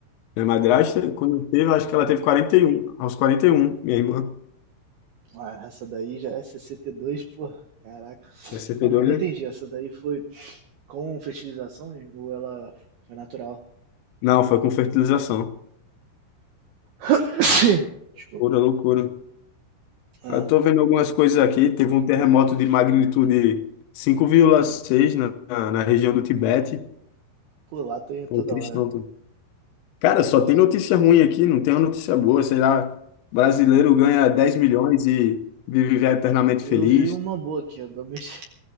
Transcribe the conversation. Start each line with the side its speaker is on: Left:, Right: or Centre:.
Left: Minha madrasta, quando teve, acho que ela teve 41, aos 41, minha irmã.
Right: Ah, essa daí já é cct dois porra. Caraca.
Left: 62,
Right: Não, mas eu não
Left: né?
Right: entendi. Essa daí foi com fertilização ou ela foi natural?
Left: Não, foi com fertilização.
Right: <coughs> Desculpa.
Left: Pura loucura.
Right: É.
Left: Eu tô vendo algumas coisas aqui, teve um terremoto de magnitude 5,6 na, na, na região do Tibete.
Right: Pô, lá tô indo
Left: Pô,
Right: toda
Left: tristão.
Right: hora, né?
Left: tô- Cara, só tem notícia ruim aqui, não tem uma notícia boa, sei lá. Brasileiro ganha 10 milhões e vive eternamente
Right: Eu
Left: feliz.
Right: vi uma boa aqui, ó. Domest...